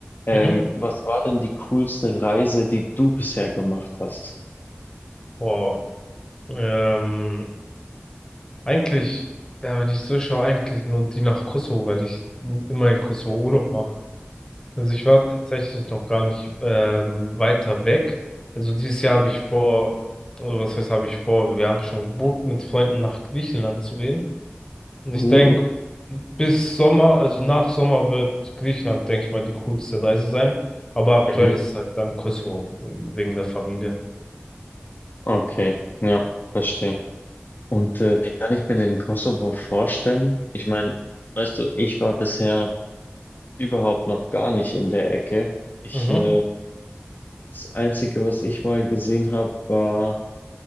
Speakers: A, on the left; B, on the left.
A: Ähm,
B: Mhm.
A: was war denn die coolste Reise, die du bisher gemacht hast?
B: Wow. Ähm, eigentlich, ja, wenn ich so schaue, eigentlich nur die nach Kosovo, weil ich immer in Kosovo Urlaub mache. Also ich war tatsächlich noch gar nicht ähm, weiter weg. Also dieses Jahr habe ich vor, oder was heißt, habe ich vor, wir haben schon gebucht, mit Freunden nach Griechenland zu gehen. Und Ich
A: Uh,
B: denke, bis Sommer, also nach Sommer wird Griechenland, denke ich mal, die coolste Reise sein. Aber aktuell
A: Mhm.
B: ist es halt dann Kosovo, wegen der Familie.
A: Okay, ja, verstehe. Und äh, wie kann ich mir den Kosovo vorstellen? Ich meine, weißt du, ich war bisher überhaupt noch gar nicht in der Ecke. Ich,
B: Mhm,
A: äh, das Einzige, was ich mal gesehen habe, war